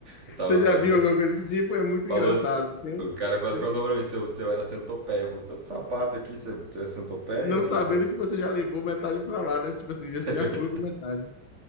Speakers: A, on the right (about 35°); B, on the left (about 75°).
A: Eu tava
B: Você já
A: quase
B: viu
A: daqui.
B: alguma coisa desse tipo? É muito
A: Falou.
B: engraçado.
A: assim-
B: Tem um-
A: O cara quase
B: tem-
A: perguntou pra mim se eu, se eu era centopeia. Falou, tanto sapato aqui, você, você é centopeia?
B: Não sabendo
A: Usa.
B: que
A: <laughs>
B: você já levou metade para lá, né? Tipo assim, você
A: É verdade.
B: já foi com metade.